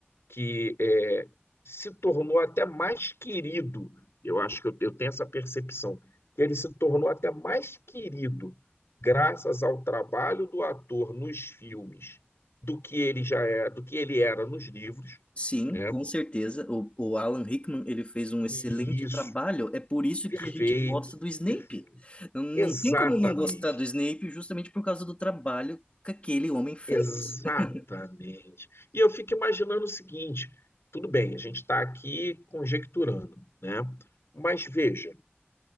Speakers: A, on the left; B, on the left.
A: que é, se tornou até mais querido. Eu acho que eu, eu tenho essa percepção, que ele se tornou até mais querido graças ao trabalho do ator nos filmes do que ele já é, do que ele era nos livros,
B: Sim,
A: né?
B: com certeza. O, o Alan Rickman, ele fez um excelente
A: E isso,
B: trabalho. É por isso
A: perfeito,
B: que a gente gosta do Snape.
A: perfeito.
B: Não, não
A: Exatamente,
B: tem como não gostar do Snape justamente por causa do trabalho que aquele homem fez.
A: exatamente.
B: <laughs>
A: E eu fico imaginando o seguinte: tudo bem, a gente está aqui conjecturando, né? Mas veja,